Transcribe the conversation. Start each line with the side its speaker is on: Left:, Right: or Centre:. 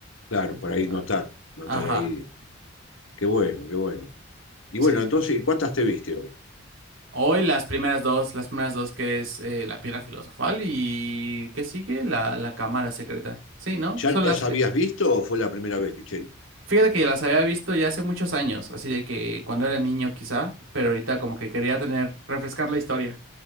Left: claro,
Right: Está-
Left: por ahí
Right: ah,
Left: notar, notar
Right: Ajá,
Left: ahí. Qué bueno, qué bueno. Y
Right: sí.
Left: bueno, entonces,
Right: sí.
Left: ¿cuántas te viste hoy?
Right: Hoy las primeras dos, las primeras dos que es eh, la piedra filosofal y ¿qué sigue? La, la cámara secreta. Sí, ¿no?
Left: ¿Ya
Right: Son
Left: las
Right: las que...
Left: habías visto o fue la primera vez, Michelle?
Right: Fíjate que ya las había visto ya hace muchos años, así de que cuando era niño quizá, pero ahorita como que quería tener, refrescar la historia.